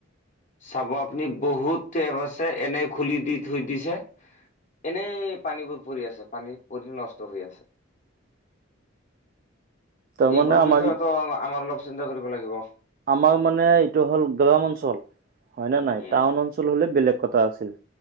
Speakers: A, on the left (about 40°); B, on the right (about 45°).
A: চাব আপুনি বহুত টেপ আছে এনে খুলি দি থৈ দিছে। এনেই পানীবোৰ পৰি আছে, পানী পৰি নষ্ট হৈ আছে।
B: <inaudible> তাৰমানে
A: এইবোৰ বিষয়েতো
B: আমাৰ
A: আ আমাৰ অলপ চিন্তা কৰিব লাগিব।
B: আমাৰ মানে এইটো হ'ল গ্ৰাম অঞ্চল হয় নে
A: উম
B: নাই? টাউন অঞ্চল হলে বেলেগ কথা আছিল।